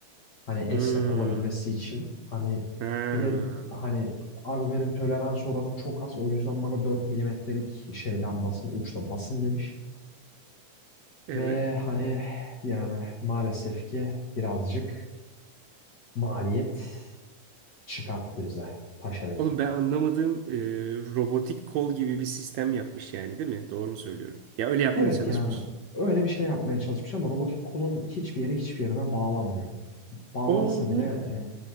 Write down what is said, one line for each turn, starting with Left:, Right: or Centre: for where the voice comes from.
Left: Hani esnek
Right: Hmm.
Left: olabilmesi için. Hani
Right: Ha.
Left: bir de hani abi benim tolerans oranım çok az. O yüzden bana 4 milimetrelik şey lambasını uçla basın demiş.
Right: Evet.
Left: Ve hani yani maalesef ki birazcık maliyet çıkarttı bize Paşa Bey.
Right: Oğlum ben anlamadığım e, robotik kol gibi bir sistem yapmış yani değil mi? Doğru mu söylüyorum? Ya öyle yapmaya
Left: Evet
Right: çalışmış.
Left: yani öyle bir şey yapmaya çalışmış ama robotik kolun hiçbir yeri hiçbir yerine bağlanmıyor. Bağlansa
Right: Oo,
Left: bile e,